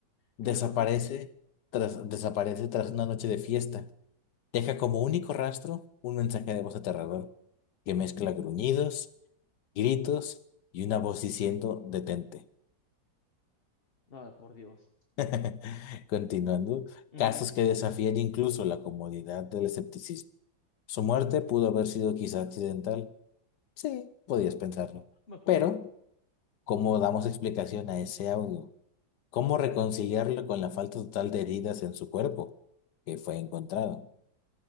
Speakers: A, on the left (about 70°); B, on the left (about 35°).
A: Desaparece
B: ¿Qué le pasó?
A: tras, desaparece tras una noche de fiesta. Deja como único rastro un mensaje de voz aterrador que mezcla gruñidos, gritos y una voz diciendo detente.
B: Ah, por Dios.
A: <laughs> Continuando,
B: Ujú,
A: casos que desafían incluso la comodidad del escepticismo. Su muerte pudo haber sido quizá accidental. Sí, podías pensarlo.
B: Mejor.
A: Pero, ¿cómo damos explicación a ese audio? ¿Cómo reconciliarlo con la falta total de heridas en su cuerpo que fue encontrado?